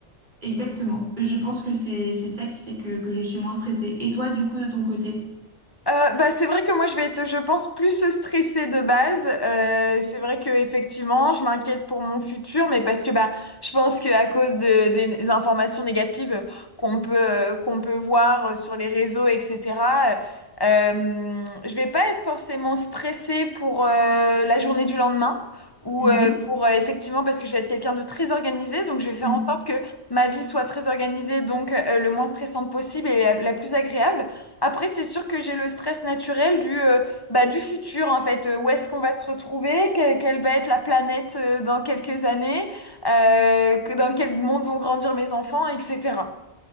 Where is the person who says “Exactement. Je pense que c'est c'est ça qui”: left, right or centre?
Right